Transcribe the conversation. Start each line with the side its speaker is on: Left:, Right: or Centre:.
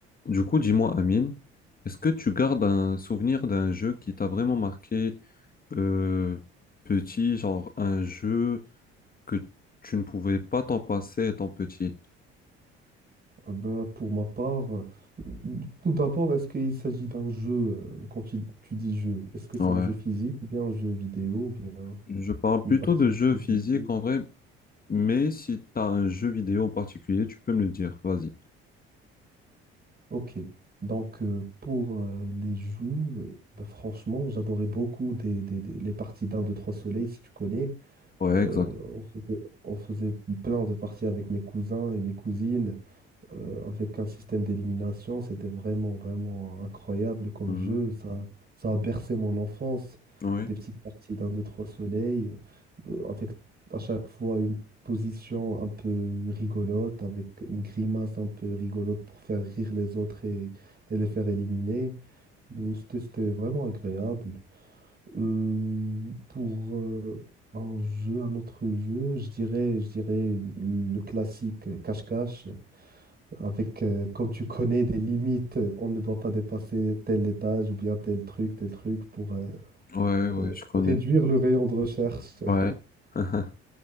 Left: Du coup, dis-moi, Amine, est-ce que tu gardes un souvenir d'un jeu qui t'a vraiment marqué euh, petit, genre un jeu que tu ne pouvais pas t'en passer étant petit?
Right: Ah ben, pour ma part, euh, tout d'abord, est-ce qu'il s'agit d'un jeu, euh, quand tu, tu dis jeu, est-ce que c'est
Left: Ouais.
Right: un jeu physique ou bien un jeu vidéo ou bien
Left: Je parle
Right: une
Left: plutôt
Right: activité
Left: de jeux physiques
Right: physique?
Left: en vrai, mais si t'as un jeu vidéo en particulier, tu peux me le dire, vas-y.
Right: Ok, donc euh, pour euh, les jeux, euh, ben, franchement, j'adorais beaucoup des, des- des- les parties d'un, deux, trois soleils, si tu connais.
Left: Ouais,
Right: Euh,
Left: exact.
Right: on faisait, on faisait plein de parties avec mes cousins et mes cousines. euh, avec un système d'élimination. C'était vraiment, vraiment incroyable comme
Left: Mhm.
Right: jeu. Ça, ça a bercé mon enfance.
Left: Oui,
Right: Des petites parties d'un, deux, trois soleils, euh, avec à chaque fois une position un peu rigolote, avec une grimace un peu rigolote pour faire rire les autres et, et les faire éliminer. Euh, C'était c'était vraiment agréable. Euh, pour euh, un jeu, un autre jeu, je dirais, je dirais le classique cache-cache avec, euh, comme tu connais, des limites, euh, on ne doit pas dépasser tel étage ou bien tel truc, tel truc pour euh,
Left: ouais, ouais,
Right: euh,
Left: je connais.
Right: réduire le rayon de recherche. <laughs>
Left: Ouais. <laughs>